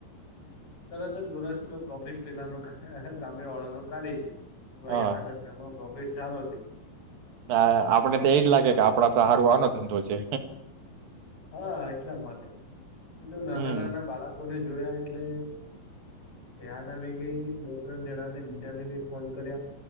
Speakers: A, on the left (about 45°); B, on the right (about 70°).
A: તરત જ વર્ષનો પ્રોફિટ પેલાનો સામે વાળાનો કાઢી લે
B: હા
A: ભાઈ આ ધંધામાં પ્રોફિટ સારો છે.
B: હા આપડે તો એજ લાગે કે આપડા તો સારો આનો ધંધો છે.
A: હા એટલા માટે બીજું નાના
B: હમ
A: નાના બાળકોને જોયા એટલે યાદ આવી ગઈ બે ત્રણ જણા ને બીજાને બી ફોન કર્યા